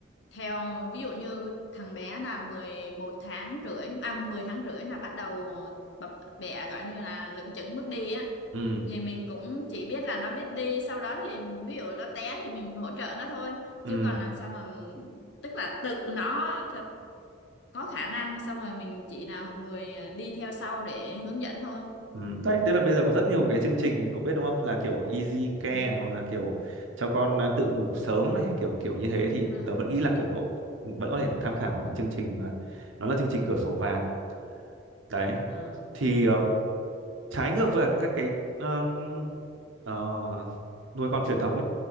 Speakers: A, on the left; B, on the right.
A: theo ví dụ như thằng bé là mười một tháng rưỡi à 10 tháng rưỡi là bắt đầu bập bẹ gọi như là lững chững bước đi á
B: ừ
A: thì mình cũng chỉ biết là nó biết đi sau đó thì ví dụ nó té thì mình hỗ trợ nó thôi
B: ừ
A: chứ còn làm sao mà tức là tự nó có khả năng xong rồi mình chỉ nào người ờ, đi theo sau để hướng dẫn thôi
B: ừ. đấy tức là bây giờ có rất nhiều cái chương trình cậu biết đúng không là kiểu easy care
A: ừ,
B: này hoặc là kiểu cho con à, tự ngủ sớm này kiểu kiểu như thế thì
A: đúng rồi
B: tớ vẫn nghĩ là kiểu cậu vẫn có thể tham khảo là chương trình à, nó là chương trình
A: ừ,
B: cửa sổ vàng đấy
A: ờ,
B: thì ờ, trái ngược với cả các cái um, ờ, nuôi con truyền thống ấy